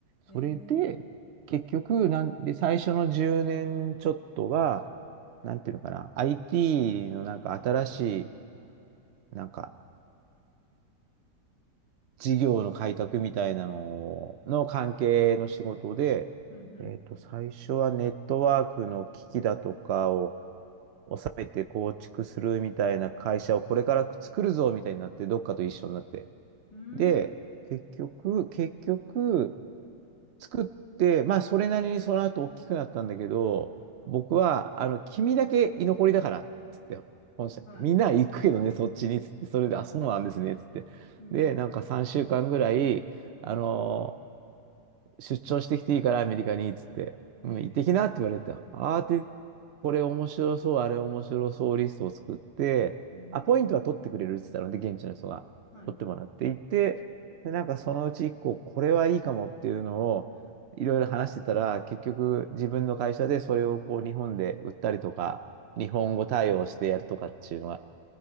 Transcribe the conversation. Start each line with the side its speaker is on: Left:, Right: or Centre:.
Right: それで、
Left: えー、
Right: 結局、なんで、最初の10年ちょっとが、なんていうのかな、IT のなんか新しい、なんか事業の開拓みたいなのの関係の仕事で、
Left: うん、
Right: えっと、最初はネットワークの機器だとかを収めて構築するみたいな会社をこれから作るぞみたいになって、どっかと一緒になって。
Left: うん、
Right: で、
Left: うーん、
Right: 結局、結局、作って、まあ、それなりにその後大きくなったんだけど、僕は、あの、君だけ居残りだから、つって、本社行って、
Left: はい。
Right: みんなは行くけどね、そっちに、つって、それで、あ、そうなんですね、つって。
Left: うん、
Right: で、なんか3週間ぐらい、
Left: うん、
Right: あの出張してきていいから、アメリカに、つって、
Left: うん。
Right: うん、
Left: へ
Right: 行ってきなって言われて、
Left: えー、
Right: あーってこれ面白そう、あれ面白そうリストを作って、
Left: うん、うん、
Right: アポイントは取ってくれるって言ったので、現地の人が取ってもらっていて、
Left: はいはい。
Right: で、なんかそのうち1個、これはいいかもっていうのをいろいろ話してたら、結局自分の会社でそれをこう日本で売ったりとか、日本語対応してやるとかっていうのは